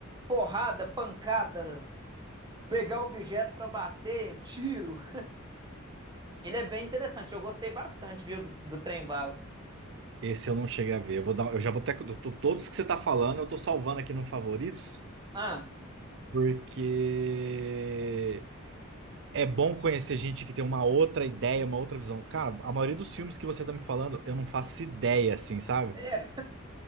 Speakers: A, on the right; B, on the right.
A: porrada, pancada, pegar objeto pra bater, tiro. Ele é bem interessante. Eu gostei bastante, viu, do, do Trem Bala.
B: Esse eu não cheguei a ver. Eu vou dar, eu já vou até. eu tô- Todos que você tá falando, eu tô salvando aqui no favoritos.
A: Ah,
B: Porque É bom conhecer gente que tem uma outra ideia, uma outra visão. Cara, a maioria dos filmes que você tá me falando, eu não faço ideia, assim, sabe?
A: É,